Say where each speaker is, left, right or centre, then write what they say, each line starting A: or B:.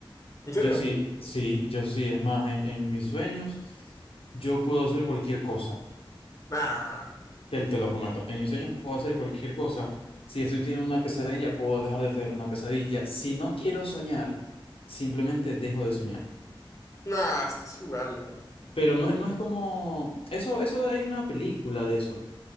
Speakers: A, on the left; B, on the left.
A: ¿En serio?
B: yo sí, sí, yo sí. Es más, en, en mis sueños, yo puedo hacer cualquier cosa.
A: Nah,
B: Te, te lo prometo. En mis sueños puedo hacer cualquier cosa. Si estoy teniendo una pesadilla, puedo dejar de tener una pesadilla. Si no quiero soñar, simplemente dejo de soñar.
A: nah, estás jugando.
B: Pero no, no es como... Eso, eso hay una película de eso.